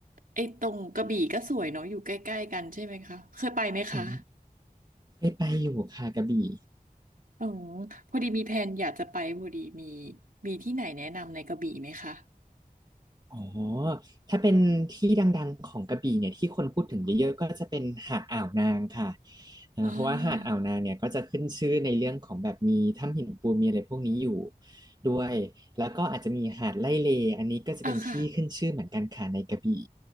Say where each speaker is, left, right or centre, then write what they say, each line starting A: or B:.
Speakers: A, on the right; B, on the right.
A: ไอ้ตรงกระบี่ก็สวยเนาะอยู่ใกล้ๆกันใช่ไหมคะเคยไปไหมคะ
B: โอ้ยเคยไปอยู่ค่ะกระบี่
A: อืมพอดีมีแผนอยากจะไปพอดีมีมีที่ไหนแนะนำในกระบี่ไหมคะ
B: อ๋อ ถ้าเป็นที่ดังๆของกระบี่เนี่ยที่คนพูดถึงเยอะๆก็จะเป็นหาดอ่าวนางค่ะเออเพราะว่าหาดอ่าวนางเนี่ยก็จะขึ้นชื่อในเรื่องของแบบมีถ้ำหินปูนมีอะไรพวกนี้อยู่
A: อ่า
B: ด้วย แล้วก็อาจจะมีหาดไร่เลอันนี้ก็จะเป็นที่ขึ้นชื่อเหมือนกันค่ะในกระบี่
A: อ่ะค่ะ